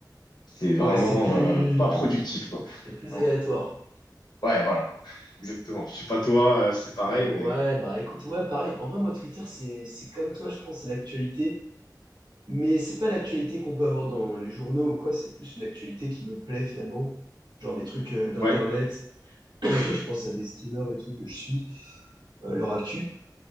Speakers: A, on the left; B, on the right.
A: c'est vraiment
B: Ouais, c'est plus
A: euh, pas productif, quoi.
B: c'est plus
A: Vraiment.
B: aléatoire.
A: Ouais, voilà, exactement. Je sais pas toi, euh, c'est pareil,
B: Ouais,
A: mais
B: bah écoute, ouais, pareil. En vrai, moi, Twitter, c'est c'est comme toi, je pense, c'est l'actualité. Mais c'est pas l'actualité qu'on peut avoir dans les journaux ou quoi, c'est plus une actualité qui me plaît finalement, genre des trucs euh, d'internet,
A: ouais,
B: <laughs> je pense à des streamers et tout que je suis, euh, leur actu.